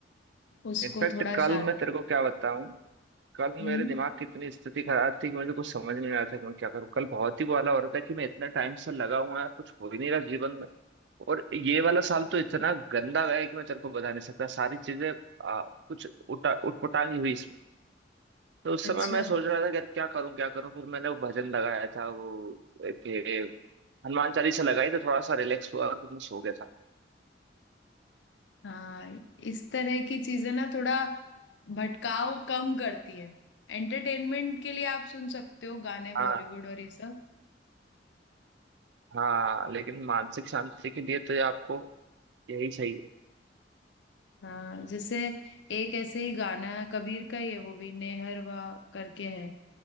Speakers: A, on the left; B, on the right.
A: उसको
B: इनफैक्ट
A: थोड़ा
B: कल
A: शांत
B: मैं तेरे
A: करे
B: को क्या बताऊं कल
A: हम्म
B: मेरे दिमाग की इतनी स्थिति खराब थी कि मुझे कुछ समझ में नहीं आ रहा था कि मैं क्या करूं कल बहुत ही बुरा हो रहा था कि मैं इतना टाइम से लगा हुआ यार कुछ हो ही नहीं रहा जीवन में और ये वाला साल तो इतना गंदा गया कि मैं तेरे को बता नहीं सकता सारी चीजें आ, कुछ उठा उटपटांगी हुई इसमें तो उस समय
A: अच्छा
B: मैं सोच रहा था कि यार क्या करूं क्या करूं फिर मैंने वो भजन लगाया था वो एक, एक हनुमान चालीसा लगाई तो थोड़ा सा रिलैक्स हुआ और फिर मैं सो गया था
A: हाँ इस तरह की चीजें ना थोड़ा भटकाव कम करती है एंटरटेनमेंट के लिए आप सुन सकते हो गाने
B: हाँ,
A: बॉलीवुड और ये सब
B: हाँ लेकिन मानसिक शांति के लिए तो आपको यही सही है
A: हाँ जैसे एक ऐसे ही गाना कबीर का ही है वो भी नेहरवा करके है